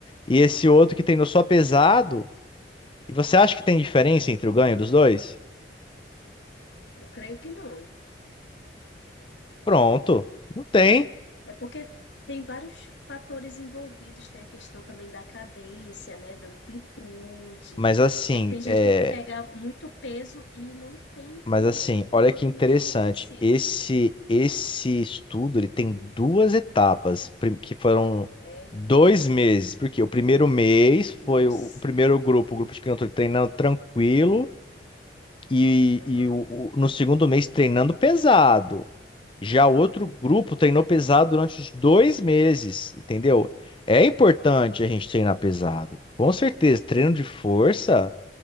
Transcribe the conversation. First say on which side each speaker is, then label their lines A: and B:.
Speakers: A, on the left; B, on the left.
A: E esse outro que treinou só pesado. E você acha que tem diferença entre o ganho dos dois?
B: Eu creio que não.
A: Pronto, não tem.
B: É porque tem vários fatores envolvidos, tem a questão também da cadência, né, da amplitude,
A: Mas assim,
B: porque tem gente
A: é,
B: que pega muito peso e não tem
A: Mas
B: uma
A: assim,
B: amplitude
A: olha que
B: que
A: interessante.
B: o músculo precisa.
A: Esse esse estudo ele tem duas etapas prim- que foram
B: É,
A: dois meses, porque o primeiro mês
B: nossa,
A: foi o, o primeiro grupo, o grupo de crianças treinando tranquilo e,
B: aham.
A: e o, o- no segundo mês treinando pesado. Já o outro grupo treinou pesado durante os dois meses, entendeu? É importante a gente treinar pesado, com certeza. Treino de força.